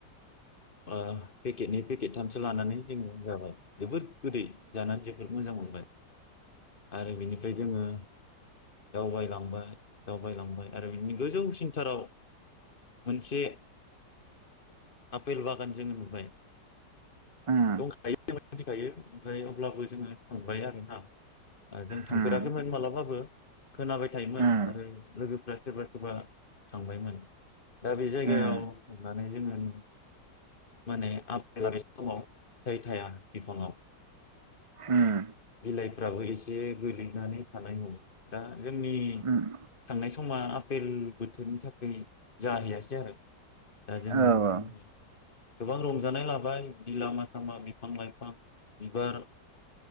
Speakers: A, on the left; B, on the right.
A: ओ पेकेटनै पेकेट लानानै जोङो जाबाय जोबोर गोदै जानानै जोबोद मोजां मोनबाय। आरो बिनिफ्राय जोङो दावबायलांबाय दावबायलांबाय आरो बि गोजौसिनथाराव मोनसे आफेल बागान जोङो नुबाय।
B: उम
A: दंखायो जों मिथिखायो ओमफ्राय अब्लाबो जोङो थांबाय आरोना जों
B: उम
A: थांफेराखैमोन मालाबाबो खोनाबाय थायोमोन
B: उम
A: आरो लोगोफ्रा सोरबा सोरबा थांबायमोन दा बे जायगायाव
B: उम
A: थांनानै जोङो <unintelligible> माने आफेला बे समाव फिथाय थाया बिफाङाव
B: उम
A: बिलाइफ्राबो एसे गोलैनानै थानाय मोन दा जोंनि
B: उम
A: थांनाय स समा आपेल बोथोरनि थाखाय जाहैयासै आरो दा जोङो
B: औ
A: बिदिनो
B: औ
A: गोबां रंजानाय लाबाय बि लामा सामा बिफां लाइफां बिबार